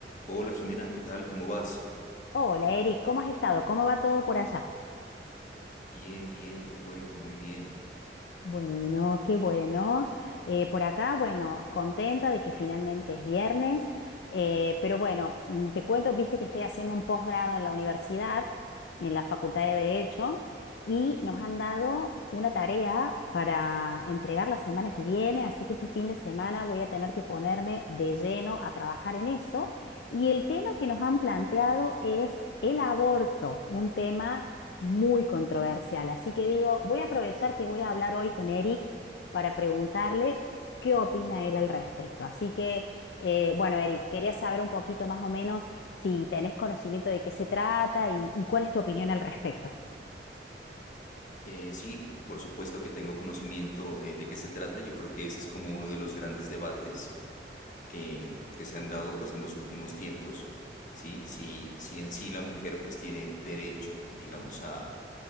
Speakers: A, on the left; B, on the left.
A: Hola Jimena, ¿qué tal? ¿Cómo vas?
B: Hola Eric, ¿cómo has estado? ¿Cómo va todo por allá?
A: Bien, bien, te cuento, muy bien.
B: Bueno, qué bueno. Eh, por acá, bueno, contenta de que finalmente es viernes, eh, pero bueno, mm, te cuento, viste que estoy haciendo un posgrado en la universidad, en la Facultad de Derecho, y nos han dado una tarea para entregar la semana que viene, así que este fin de semana voy a tener que ponerme de lleno a trabajar en eso. Y el tema que nos han planteado es el aborto, un tema muy controversial. Así que digo, voy a aprovechar que voy a hablar hoy con Eric para preguntarle qué opina él al respecto. Así que, eh, bueno, Eric, quería saber un poquito más o menos si tenés conocimiento de qué se trata y, y cuál es tu opinión al respecto.
A: Eh, sí, por supuesto que tengo conocimiento eh, de qué se trata. Yo creo que ese es como uno de los grandes debates que, que se han dado pues en los últimos tiempos. Sí, si, si en sí la mujer pues tiene derecho, digamos, a,